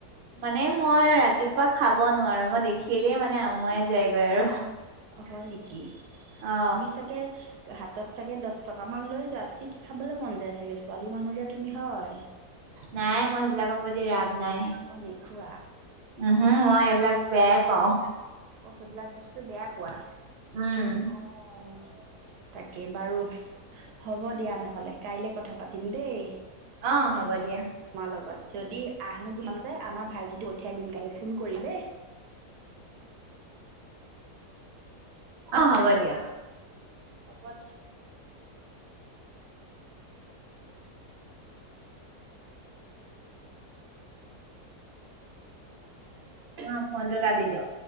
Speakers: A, on the right (about 55°); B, on the right (about 80°).
A: মানে মই ৰাতিপুৱা খাব নোৱাৰো মই দেখিলেই মানে আমুয়াই যায়গৈ আৰু।
B: অহ ', হয় নেকি।
A: অ
B: তুমি ছাগে হাতত চাগে দশ টকামান লৈ যোৱা চিপছ খাবলৈ মন যায় চাগে ছোৱালী মানুহ যে তুমি হয়।
A: নাই মই সেইবিলাকৰ প্ৰতি ৰাপ নাই উম
B: অ', নোখোৱা
A: হুম
B: হয়
A: মই
B: নেকি
A: এইবিলাক বেয়াই পাওঁ।
B: অ সেইবিলাক বস্তু বেয়া পোৱা
A: উম
B: অ'। তাকে বাৰু হ'ব দিয়া নহ'লে কাইলৈ কথা পাতিম দেই।
A: অ', হ'ব দিয়া।
B: মাৰ লগত যদি আহো বোলে মন আছে আমাৰ ভাইটিটোক পঠিয়াই দিম কাইলে। ফোন কৰি দেই।
A: অ', হ'ব দিয়ক।
B: শপত <unintelligible>
A: অ ফোনটো কাটি দিয়ক।